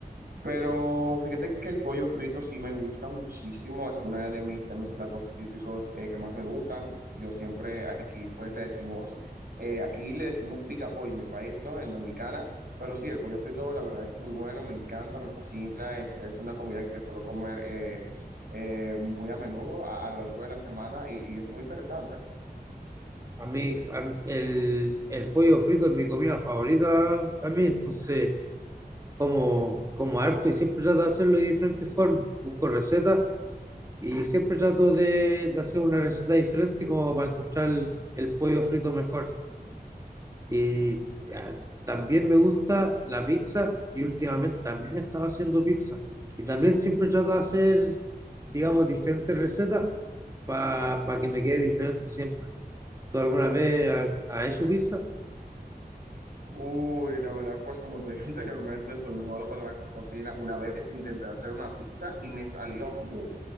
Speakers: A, on the right (about 65°); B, on the right (about 20°).
A: Pero fíjate que el pollo frito sí me gusta muchísimo, es una de mis, de mis platos típicos eh, que más me gustan. Yo siempre aquí pues le decimos, eh, aquí le decimos pica pollo en mi país, ¿no? En Dominicana. Pero sí, el pollo frito la verdad es muy bueno, me encanta, me fascina, es, es una comida que suelo comer eh, eh, muy a menudo a, a lo largo de la semana y y es muy interesante.
B: a mí, a mí el, el pollo frito es mi comida favorita a mí, entonces como, como harto y siempre trato de hacerlo de diferentes formas. Busco recetas Y siempre trato de, de hacer una receta diferente como para encontrar el, el pollo frito mejor. Y ah, también me gusta la pizza y últimamente también he estado haciendo pizza. Y también siempre trato de hacer, digamos, diferentes recetas para que me quede diferente siempre. ¿Tú alguna vez has has hecho pizza?
A: Uy, la verdad, pues como te dije <laughs> anteriormente, soy muy malo para la cocina. Una vez intenté hacer una pizza y me salió, uff,